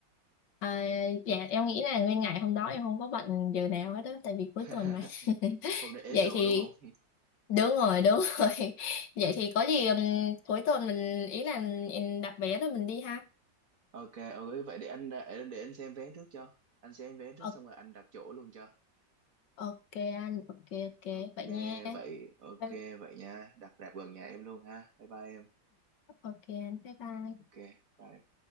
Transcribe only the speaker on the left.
À, dạ em nghĩ là nguyên ngày hôm đó em không có bận điều nào hết đó tại vì cuối
tuần mà. <laughs>
Vậy
thì
đúng rồi đúng rồi <laughs> vậy thì có gì ừm, cuối tuần mình ý là mình đặt vé rồi mình đi ha
Ờ,
ok anh ok ok
vậy nha
Bye-
ok anh bye bye